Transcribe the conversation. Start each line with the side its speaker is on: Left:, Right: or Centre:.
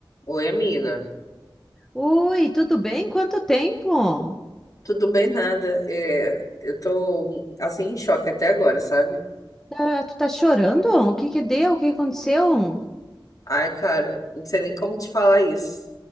Left: Oi, amiga.
Centre: Oi, tudo bem? Quanto tempo?
Left: Tudo bem, nada. É, eu tô, assim, em choque até agora, sabe?
Centre: Tá- tu tá chorando? O que que deu? O que que aconteceu?
Left: Ai, cara, não sei nem como te falar isso.